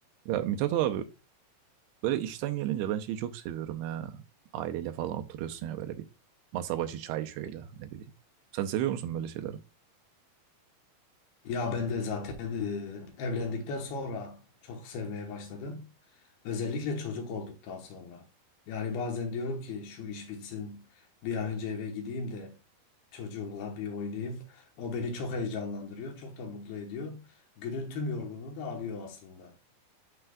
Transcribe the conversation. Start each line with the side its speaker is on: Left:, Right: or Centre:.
Right: Ya Mithat abi böyle işten gelince ben şeyi çok seviyorum ya. Aileyle falan oturuyorsun ya böyle bir masa başı çay şöyle ne bileyim. Sen seviyor musun böyle şeyleri?
Left: Ya ben de zaten e, evlendikten sonra çok sevmeye başladım. Özellikle çocuk olduktan sonra. Yani bazen diyorum ki şu iş bitsin bir an önce eve gideyim de çocuğumla bir oynayayım. O beni çok heyecanlandırıyor, çok da mutlu ediyor. Günün tüm yorgunluğunu da alıyor aslında.